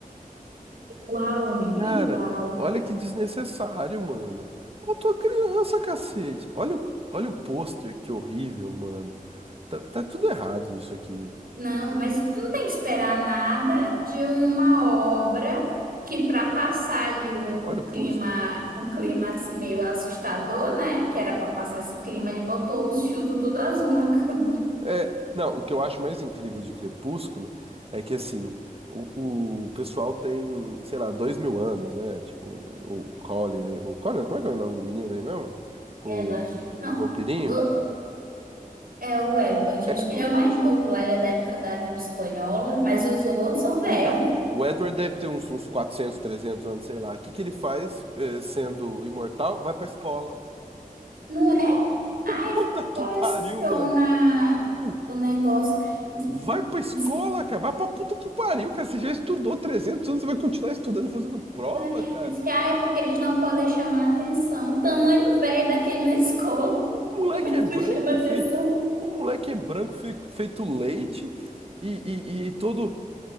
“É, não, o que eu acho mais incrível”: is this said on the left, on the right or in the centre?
Right